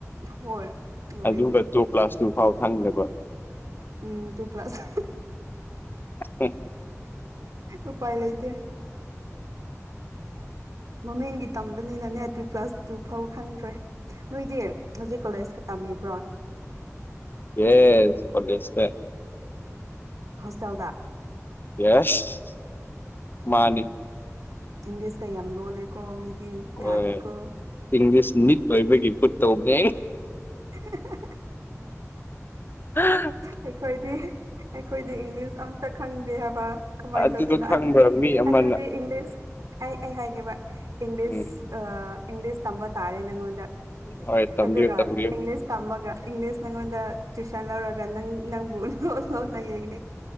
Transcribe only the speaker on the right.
ꯍꯣꯏ ꯂꯣꯏꯌꯦ
ꯎꯝ ꯇꯨ ꯄ꯭ꯂꯁ
ꯎꯄꯥꯏ ꯂꯩꯇꯦ ꯃꯃꯤꯡꯒꯤ ꯇꯝꯕꯅꯤꯅꯅꯦ ꯇꯨ ꯄ꯭ꯂꯁ ꯇꯨ ꯐꯥꯎ ꯈꯪꯗ꯭ꯔꯦ ꯅꯣꯏꯗꯤ ꯍꯧꯖꯤꯛ ꯀꯣꯂꯦꯖꯀ ꯇꯝꯃꯤꯕ꯭ꯔꯣ
ꯍꯣꯁꯇꯦꯜꯗ
ꯏꯪꯂꯤꯁꯀ ꯌꯥꯝ ꯂꯣꯜꯂꯦꯀꯣ ꯃꯤꯗꯤ
ꯌꯥꯗꯦꯀꯣ
<inaudible>
ꯑꯩꯈꯣꯏꯗꯤ ꯑꯩꯈꯣꯏꯗꯤ ꯏꯪꯂꯤꯁ ꯑꯝꯇ ꯈꯪꯗꯦ ꯍꯥꯏꯕ ꯀꯃꯥꯏꯅ
ꯇꯧꯗꯣꯏꯅꯣ
ꯑꯗꯨꯗꯤ
ꯑꯗꯨꯗꯤ ꯏꯪꯂꯤꯁ ꯑꯩ ꯑꯩ ꯍꯥꯏꯒꯦꯕ ꯏꯪꯂꯤꯁ
ꯏꯪꯂꯤꯁ ꯇꯝꯕ ꯇꯥꯔꯦ ꯅꯪꯉꯣꯟꯗ
ꯑꯗꯨꯒ
ꯏꯪꯂꯤꯁ ꯇꯝꯃꯒ ꯏꯪꯂꯤꯁ ꯅꯪꯉꯣꯟꯗ ꯇ꯭ꯋꯁꯟ ꯂꯧꯔꯒ ꯅꯪ ꯅꯪꯕꯨ ꯂꯣꯟ ꯂꯣꯟꯅ ꯌꯦꯡꯉ